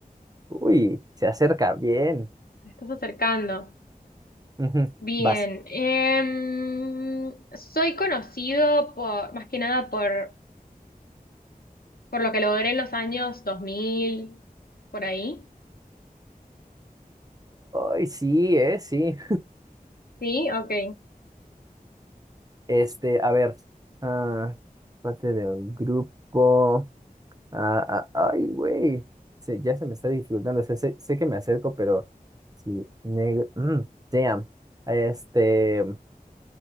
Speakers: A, on the right (about 25°); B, on the left (about 80°).
A: Uy, se acerca, bien.
B: te estás acercando.
A: Ujú,
B: Bien,
A: Vas.
B: em, soy conocido por, más que nada por, por lo que logré en los años 2000 por ahí.
A: Ay, sí, eh, sí.
B: Sí, ok.
A: Este, a ver. ah, parte de un grupo. Ah, ah, ay, güey. Se- ya se me está dificultando. o sea, sé, sé que me acerco, pero sí. Negro. mm, damn. Este.